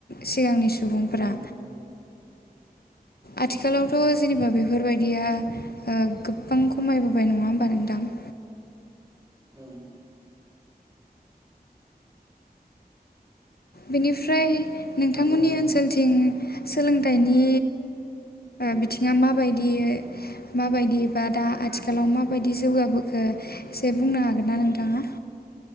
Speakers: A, on the left; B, on the right.
A: सिगांनि सुबुंफोरा
B: नोंथां औ
A: आथिखालावथ'
B: सैथो
A: जेनेबा बेफोरबायदिया गोबां खमायबोबाय नङा होमबा नोंथां
B: औ
A: बेनिफ्राय नोंथांमोननि
B: नंगौ नोंथां
A: ओनसोलथिं सोलोंथाइनि बिथिङा माबायदि माबायदि बा दा आथिखालाव माबायदि जौगाबोखो एसे बुंनो हागोन ना नोंथाङा